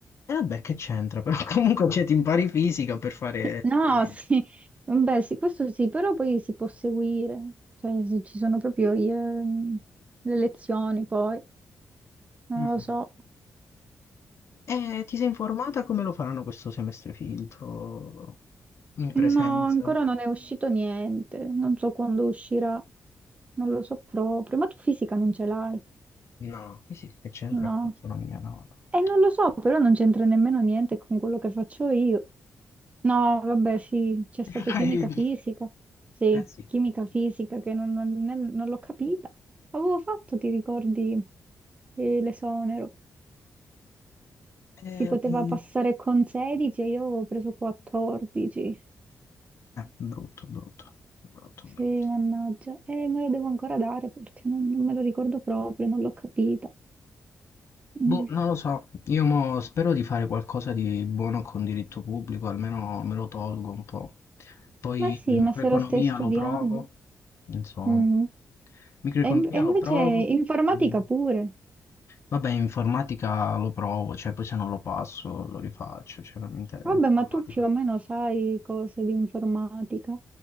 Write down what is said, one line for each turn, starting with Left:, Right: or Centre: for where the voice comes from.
Left: E vabbè, che c'entra, però <laughs> comunque cioè, ti impari fisica per fare
Right: No,
Left: poesia.
Right: sì, beh, sì, questo sì, però poi si può seguire, cioè se ci sono proprio i, eh, le lezioni poi, non
Left: Mm.
Right: lo so.
Left: E ti sei informata come lo faranno questo semestre filtro in presenza?
Right: No, ancora non è uscito niente, non so quando uscirà, non lo so proprio, ma tu fisica non ce l'hai,
Left: No, sì, sì, che c'entra
Right: no?
Left: con l'economia, no.
Right: E
Left: <laughs>
Right: non lo so, però non c'entra nemmeno niente con quello che faccio io. No, vabbè, sì, c'è stato
Left: no.
Right: chimica fisica, sì,
Left: Eh sì.
Right: chimica fisica che non, non- ne- non l'ho capita. Avevo fatto, ti ricordi, eh, l'esonero?
Left: Eh,
Right: Si poteva
Left: eh,
Right: passare con 16 e io avevo preso 14.
Left: brutto, brutto, brutto,
Right: Sì,
Left: brutto.
Right: mannaggia. E me lo devo ancora dare perché non, non me lo ricordo proprio, non l'ho capita. Mm.
Left: Boh, non lo so, io mo spero di fare qualcosa di buono con diritto pubblico, almeno me lo tolgo un po'. Poi
Right: Ma sì,
Left: microeconomia
Right: ma se lo stai studiando.
Left: lo provo, insomma.
Right: Mm.
Left: Microeconomia
Right: E, in- e invece
Left: lo provo,
Right: informatica
Left: dimmi.
Right: pure.
Left: Vabbè, in informatica lo provo, cioè poi se non lo passo lo rifaccio, cioè non mi interessa.
Right: Vabbè,
Left: Informatica.
Right: ma tu più o meno sai cose di informatica.